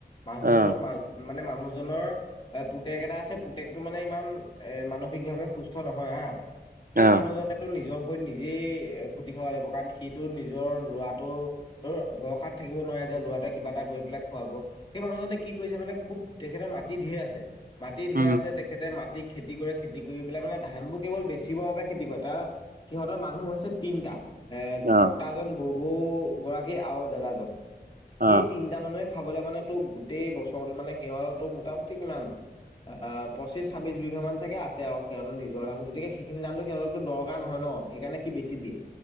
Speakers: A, on the left; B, on the right.
A: মানু
B: অ
A: মানে মানুহজনৰ পুতেক এটা আছে, পুতেকটো মানে ইমান এ, মানসিকভাৱে সুস্থ নহয় হা!
B: অ
A: সেই মানুহজনেটো নিজৰ ভৰিত নিজেই খুটি খাব লাগিব, কাৰণ সিটো নিজৰ ল'ৰাটো- ত' ভৰসাত থাকিব নোৱাৰে যে ল'ৰাটোৱে কিবা এটা কৰি পেলাই খুৱাব। সেই মানুহজনে কি কৰিছে, মানে খুব তেখেতৰ মাটি ঢেৰ আছে। মাটি ঢেৰ
B: উম
A: আছে, তেখেতে মাটিত খেতি কৰে। খেতি কৰি পেলাই মানে ধানবোৰ কেৱল বেচিবৰ বাবে খেতি কৰে তাৰ সিহঁতৰ মানুহ হৈছে তিনটা। এ,
B: অ
A: বৰ্তাজন ববৌ গৰাকী আৰু দাদাজন।
B: অ
A: সেই তিনিটা মানুহে খাবলে মানে তো গোটেই বছৰৰতো মানে সিহঁতৰ তো মোটামুটি কিমান! আ' আ' পঁচিশ ছাব্বিশ বিঘা মান চাগে আছে আৰু। সিহঁতৰ নিজৰ ধান গতিকে সেইখিনি ধানটো সিহতো দৰ কাৰ নহয় ন' সেইকাৰণে সি বেছি দিয়ে।